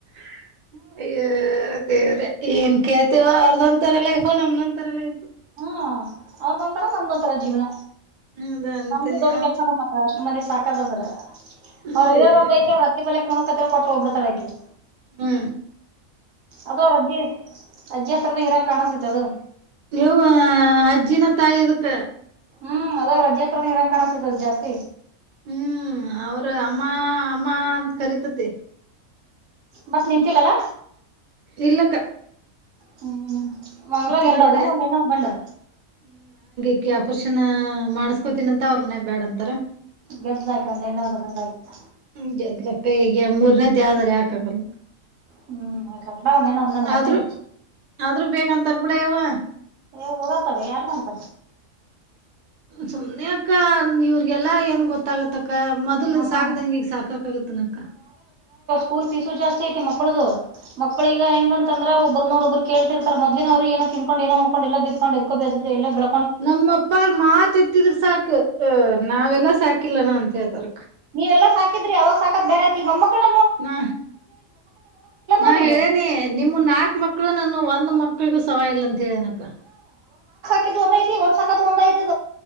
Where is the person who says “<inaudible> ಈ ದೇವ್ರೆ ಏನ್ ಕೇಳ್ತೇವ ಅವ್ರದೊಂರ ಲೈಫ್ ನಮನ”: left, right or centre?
Right